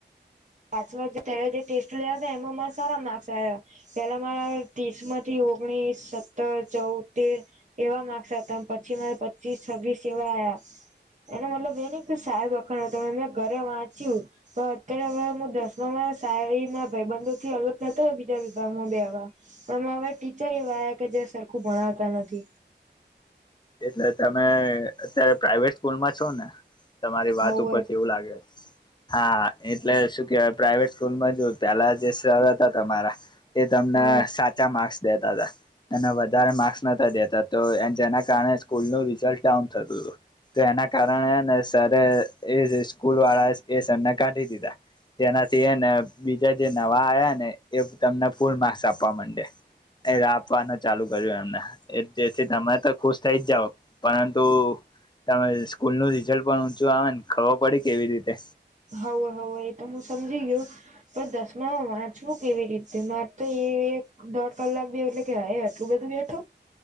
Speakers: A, on the right; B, on the left.
A: પાચ પ જે ટેસ્ટ લયા હતા એમાં મારા સારા માર્ક્સ આવ્યા પેલા મારા ત્રીસ માંથી ઓગણીસ સત્તર ચૌતેર એવા માર્ક્સ હતા પછી મારા પચીસ છ્વીસ એવા આવ એનો મતલબ એને સાહેબ વખાણ હતો મેં ઘરે વાંચ્યું પણ અત્યારે હવે દસમામાં શ ભાઈબંધો થી અલગ થતા હોય બીજા વિભાગમાં બે આવા પણમાં હવા ટીચર એવા આવ્યા કે જે સરખું ભણાવતા નથી
B: એટલે તમે અત્યારે પ્રાઈવેટ સ્કૂલમાં છો ને તમારી વાત
A: આવું
B: ઉપરથી એવું લાગે છે હા એટલે શું કે પ્રાઈવેટ સ્કૂલમાં જો પેલા જે સર હતા તમારા એ તમને
A: હા
B: સાચા માર્ક્સ બે તા હતા એને વધારે માર્ક્સ નતા દેતા તો તો જેન કારણે સ્કૂલ નું રિઝલ્ટ ડાઉન થતું હતું તો એના કારણે ને સરારે એ સ્કૂલ વાળા એ સને કાઢી દીધા તેના તેને બીજા જે નવા આવ્યા ને એ તમને ફૂલ માસ આપવા માંડે એ આપવાનું ચાલુ કર્યું એમને જેથી તમે તો ખુશ થઈ જ જાઓ પરંતુ તમે સ્કૂલ નું રીઝલ્ટ પણ ઊંચું આવે ને ખબર પડી કેવી રીતે
A: હવવે હોવવે એ તો હું સમજી ગયયો પણ દસમામાં વાંચવું કેવી રીતે મારે તો એ એક દોઢ કલાક બે એટલે કે હ આટલું બધું બેઠો